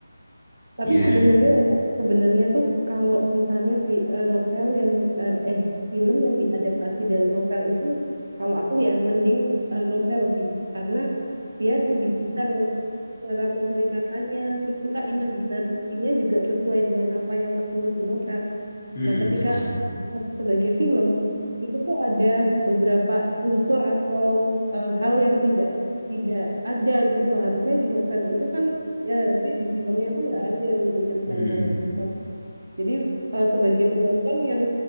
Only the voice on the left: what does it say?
Ya,
Mm-mm,
betul.
Hmm.